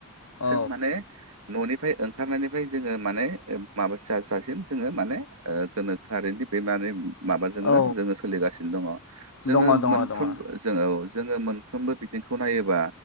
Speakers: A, on the left; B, on the right.
A: औ
B: जों माने न'निफाय ओंखारनायनिफाय जोङो माने ओ माबा जा जासिम जोङो माने ओ गोनोखोआरि बे माने माबाजोंनो
A: औ
B: जोङो सोलिगानो दङ जोङो
A: दङ दङ
B: मोनफ्रोम
A: दङ औ
B: जोङो जोङो मोनफ्रोमबो बिथिंखौ नायोबा